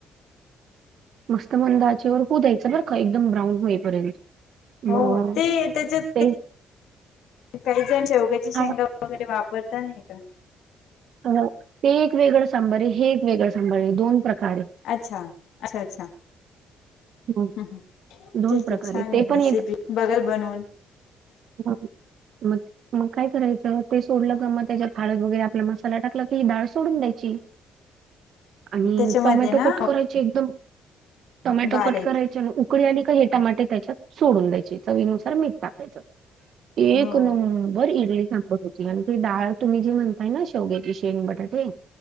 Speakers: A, on the right; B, on the left.
A: मस्त मंद आचेवर होऊ द्यायचं बर. का एकदम ब्राउन होईपर्यंत. मग
B: हो हो ते त्याच्यात
A: ते
B: काही जण शेवग्याची
A: छान
B: शेंगा, वगैरे वापरता नाही का?
A: अ ते एक वेगळं सांबर आहे. हे एक वेगळं सांबार आहे दोन प्रकारे.
B: अच्छा. अच्छा अच्छा.
A: हं.
B: ह् ठीक
A: दोन प्रकार
B: आहे. छान
A: ते
B: आहे
A: पण
B: रेसिपी. बघल बनवून.
A: ह मग मग काय करायचं ते सोडलं का मग त्याच्या हळद वगैरे आपला मसाला टाकला की डाळ सोडून द्यायची. आणि
B: त्याच्यामध्ये
A: टोमॅटो
B: ना
A: कट करायची एकदम, टोमॅटो
B: बारीक
A: कट उकडी आली का हे टमाटे त्याच्यात सोडून द्यायचे, चवीनुसार मीठ टाकायचं एक
B: हो
A: नंब बर इडली सांबर आणि ती डाळ तुम्ही जी म्हणताय ना शेवग्याची शेंग, बटाटे